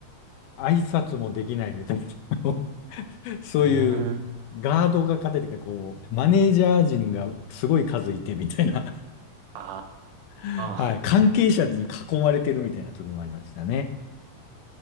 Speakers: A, on the left; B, on the right.
A: 挨拶もできないみたいな、<laughs> そういう
B: え。
A: ガードが勝ててか、こう、マネージャー陣がすごい数いてみたいな、
B: あ
A: <laughs> はい、
B: あ。
A: 関係者に囲まれてるみたいな時もありましたね。